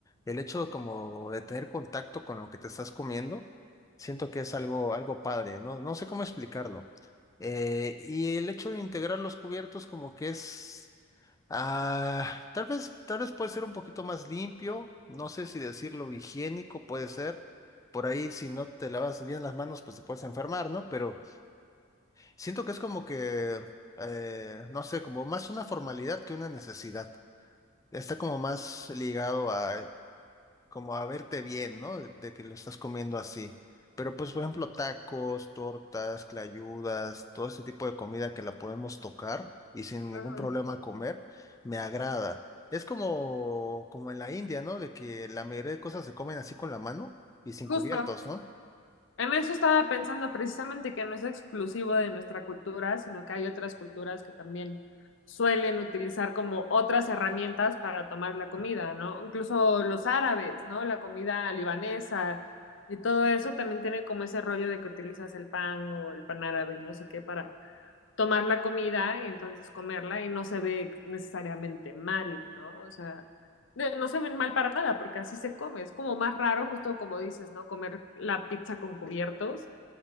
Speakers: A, on the left (about 15°); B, on the left (about 60°).
A: el hecho como de tener contacto con lo que te estás comiendo, siento que es algo, algo padre, no, no sé cómo explicarlo. Eh, y el hecho de integrar los cubiertos como que es, ah, tal vez, tal vez puede ser un poquito más limpio, no sé si decirlo higiénico puede ser. Por ahí si no te lavas bien las manos pues te puedes enfermar, ¿no? Pero siento que es como que, eh, no sé, como más una formalidad que una necesidad. Está como más ligado a como a verte bien, ¿no? De de que lo estás comiendo así. Pero pues, por ejemplo, tacos, tortas, clayudas, todo ese tipo de comida que la podemos tocar y sin ningún
B: ujú.
A: problema comer, me agrada. Es como, como en la India, ¿no? De que la mayoría de cosas se comen así con la mano y sin
B: Justo.
A: cubiertos, ¿no?
B: En eso estaba pensando precisamente que no es exclusivo de nuestra cultura, sino que hay otras culturas que también suelen utilizar como otras herramientas para tomar la comida, ¿no? Incluso los árabes, ¿no? La comida libanesa y todo eso también tiene como ese rollo de que utilizas el pan o el pan árabe y no sé qué para tomar la comida y entonces comerla y no se ve necesariamente mal, ¿no? O sea, de- no se ven mal para nada porque así se come. Es como más raro, justo como dices, ¿no? Comer la pizza con cubiertos.